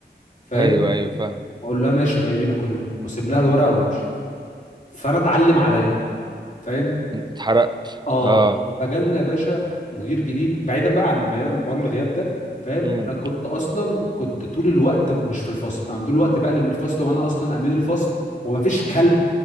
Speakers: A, on the left; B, on the right.
A: فاهم
B: ايوه ايوه فاهم
A: اقول لها ماشي غايبين كلنا واسيب لها الورقه وامشي فانا اتعلم عليا فاهم
B: اتحرقت
A: اه
B: اه
A: فجالنا يا باشا مدير جديد بعيدا بقى عن بعيدا عن حوار الغياب ده فاهم
B: امم
A: انا كنت اصلا كنت طول الوقت مش في الفصل انا طول الوقت بقلب من الفصل وانا اصلا امين الفصل ومفيش كلب